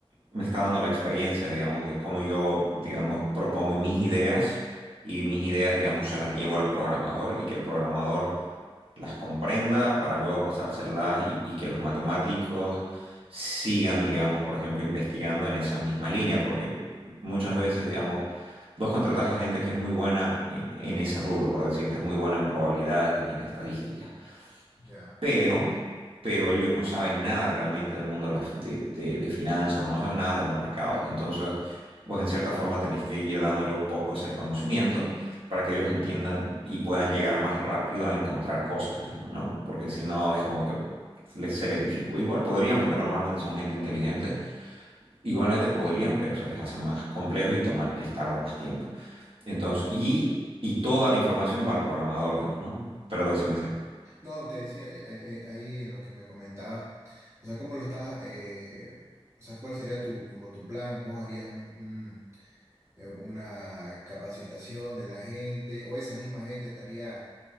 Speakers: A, on the right; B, on the right.
A: me está dando la experiencia, digamos, de cómo yo, digamos, propongo mis ideas y mis ideas, digamos, se las llevo al programador y que el programador las comprenda para luego pasárselas y, y que los matemáticos sigan, digamos, por ejemplo, investigando en esa misma línea, porque muchas veces, digamos, vos contratás a gente que es muy buena en,
B: mm,
A: en ese rubro, por decirte, es muy buena en probabilidades y en estadísticas,
B: ya.
A: pero, pero ellos no saben nada realmente del mundo de, las- de- de- de finanzas o no saben nada de los mercados. Entonces, vos en cierta forma tenés que ir dándole un poco ese conocimiento para que ellos entiendan y puedan llegar más rápido a encontrar cosas, digamos, ¿no? Porque si no, es como que les- se les dificulta. Igual podrían, porque normalmente son gente inteligente. Igualmente podrían, pero se les hace más complejo y tomar, les tarda más tiempo. Entonces, y, y toda la información va al programador, digamos, ¿no? Pero decime si.
B: No, te decía eh, eh, ahí en lo que me comentabas, o sea, cómo lo estás, eh, o sea, cuál sería tu, como tu plan, vos harías un, un, eh, una capacitación de la gente, o esa misma gente estaría,